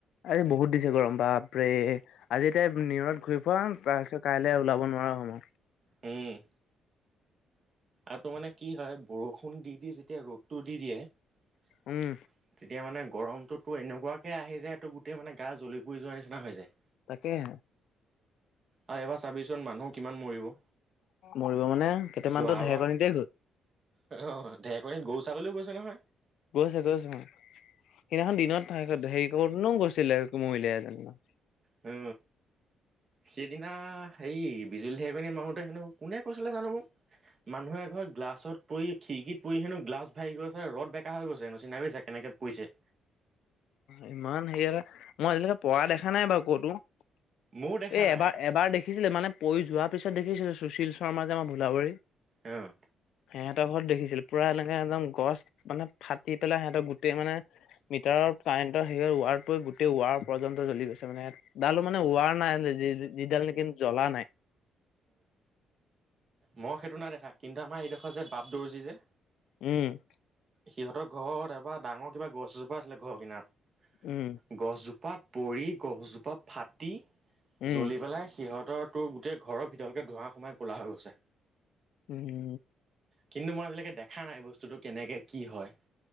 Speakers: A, on the left; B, on the right.
A: আজি বহুত দিছে গৰম বাপৰে! আজি এটাই নিয়ৰত ঘূৰি ফোৱা তাৰ পিছত কাইলে ওলাব নোৱাৰা হম আৰু।
B: উম। আৰু তোৰ মানে কি হয় বৰষুণ দি দি যেতিয়া ৰ'দটো দি দিয়ে।
A: উম
B: তেতিয়া মানে গৰমটো তোৰ এনেকুৱাকৈ আহি যায় তোৰ গোটেই মানে গা জ্বলি পুৰি যোৱাৰ নিচিনা হৈ যায়।
A: তাকেহে।
B: আৰু এইবাৰ চাবিচোন মানুহ কিমান মৰিব।
A: মৰিব মানে কেইটামানতো
B: যোৱাবাৰ
A: ঢেৰেকনিতেই নিদিয়েই হ'ল।
B: অ ঢেৰকনিত গৰু ছাগলীও গৈছে নহয়
A: গৈছে গৈছো ম সেইদিনাখন দিনত হেৰি কৰ নো গৈছিলে মইলে এজনীমান
B: অ সিদিনা হেৰি বিজুলী ঢেকী মাৰোঁতে হেনো কোনে কৈছিলে জানো মোক মানুহ এ ঘৰ গ্লাছত পৰি খিৰিকিত পৰি হেন গ্লাছ ভাঙি গৈছে ৰদ বেকা হৈ গৈছে নোচিনা হৈয় কেনেকৈ পৰিছে
A: ইমান হেৰি এটা মই আজিলৈকে পঢ়া দেখা নাই বাৰু ক'তো এ
B: ময়ো দেখা নাই,
A: এবাৰ এবাৰ দেখিছিলে মানে পৰি যোৱাৰ পিছত দেখিছিলো সুশল শৰ্মা যে আমাৰ ভোলাবাৰী
B: অঁ
A: সিহঁতৰ ঘৰত দেখিছিল পুৰা এনেকে একদম গছ মানে ফাটি পেলাই সিহঁতৰ গোটেই মানে হটাৰৰ কাৰেণ্টৰ হেয়ত ৱাৰটোৱে গোটেই ৱাৰ পৰ্যন্ত জ্বলি গৈছে মানে ইয়াত ডালো মানে ওৱাৰ নাই যিডাল নেকি জ্বলা নাই
B: মই সেইটো নাই দেখা কিন্তু আমাৰ এইডোখৰ যে বাপ দৰ্জি যে
A: উম
B: সিহঁতৰ ঘৰত এবাৰ ডাঙৰ কিবা গছ এজোপা আছিলে ঘৰ কিনাৰত
A: উম
B: গছজোপাত পৰি গছজোপা ফাটি
A: উম
B: জ্বলি পেলাই সিহঁতৰটোৰ গোটেই ঘৰৰ ভিতৰলেকে ধোৱা সোমাই কলা হৈ গৈছে
A: উম
B: কিন্তু মই আজিলৈকে দেখা নাই বস্তুটো কেনেকে কি হয়